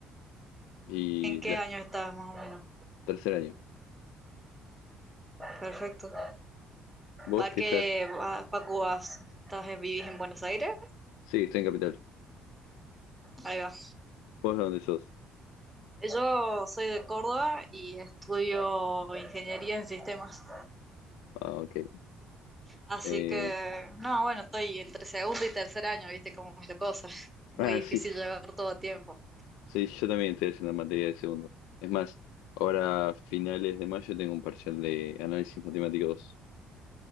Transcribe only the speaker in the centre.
¿En qué
año estás más o menos?
Perfecto.
¿Va
que va, facu vas? ¿Estás en, vivís en Buenos Aires?
Ahí va.
Yo soy de Córdoba y estudio ingeniería en sistemas.
Así
que, no, bueno, estoy entre segundo y tercer año, ¿viste cómo es la cosa? <laughs> Es muy
difícil
llevar todo a tiempo.